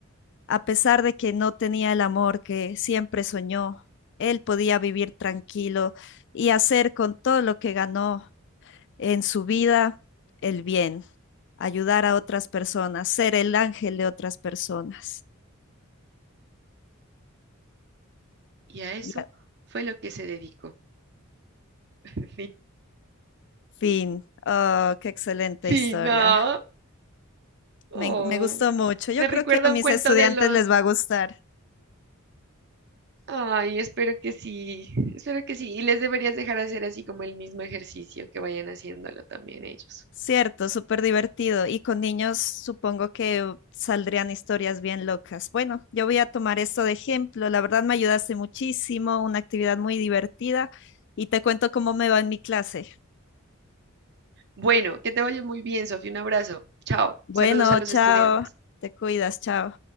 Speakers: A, on the left; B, on the right.
A: A pesar de que no tenía el amor que siempre soñó, él podía vivir tranquilo y hacer con todo lo que ganó en su vida el bien, ayudar a otras personas, ser el ángel de otras personas.
B: Y a eso
A: Y a-
B: fue lo que se dedicó. <laughs> Fin.
A: fin. Oh, qué excelente
B: Fin.
A: historia.
B: No. Oh,
A: Me, me gustó mucho. Yo
B: me
A: creo
B: recuerda
A: que a mis
B: un cuento
A: estudiantes
B: de los...
A: les va a gustar.
B: Ay, espero que sí, espero que sí. Y les deberías dejar hacer así como el mismo ejercicio, que vayan haciéndolo también ellos.
A: Cierto, súper divertido. Y con niños supongo que saldrían historias bien locas. Bueno, yo voy a tomar esto de ejemplo. La verdad me ayudaste muchísimo, una actividad muy divertida y te cuento cómo me va en mi clase.
B: Bueno, que te vaya muy bien, Sofía. Un abrazo. Chao.
A: Bueno,
B: Saludos a los
A: chao.
B: estudiantes.
A: Te cuidas, chao.